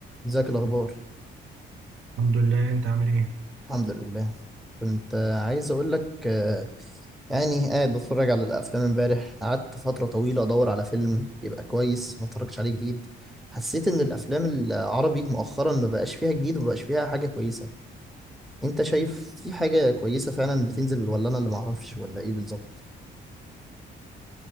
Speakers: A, in the centre; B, on the right.
A: ازيك الاخبار
B: الحمد لله انت عامل ايه
A: الحمد لله كنت آه، عايز اقول لك آه، يعني قاعد بتفرج على الافلام امبارح قعدت فتره طويله ادور على فيلم يبقى كويس ما اتفرجش عليه جديد حسيت ان الافلام العربي مؤخرا ما بقاش فيها جديد وما بقاش فيها حاجه كويسه انت شايف في حاجه كويسه فعلا بتنزل ولا انا اللي معرفش ولا ايه بالظبط